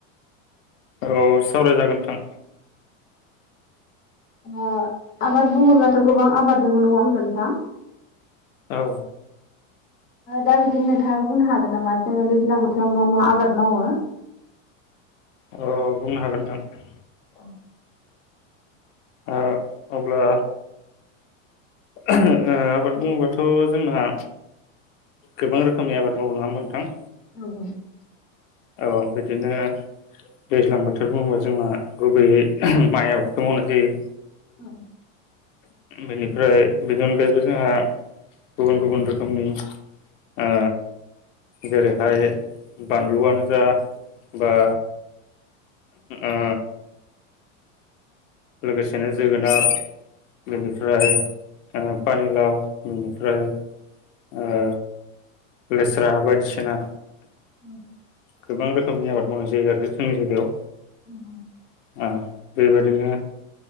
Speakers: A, on the left; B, on the left.
A: औ सावरायजागोन नोंथां
B: औ आबाद बुङोब्लाथ' गोबां आबाद दङ नङा होमब्ला नोंथां
A: औ
B: दा बिदिनो नोंथाङा बुंनो हागोन नामा जोङो दैज्लां बोथोराव मा मा आबाद मावो
A: अ बुंनो हागोन नोंथां
B: औ
A: ओ अब्ला ओ आबाद बुङोबाथ' जोंना गोबां रोखोमनि आबाद मावो नङा होमबा नोथां
B: औ
A: औ बिदिनो दैज्लां बोथोर बुङोबा जोंहा गुबैयै माइ आबादखौ मावनाय जायो।
B: औ
A: बेनिफ्राय बेनि अनगायैबो जोंहा गुबुन गुबुन रोखोमनि ओ जेरैहाय बानलुआनो जा बा ओ लोगोसेनो जोगोनार बेनिफ्राय ओ पानिलाव बेनिफ्राय ओ लेस्रा बायदिसिना
B: <inaudible>
A: गोबां रोखोमनि आबाद मावनाय जायो आरो जोंनि जायगायाव।
B: <inaudible>
A: ओ बेबायादिनो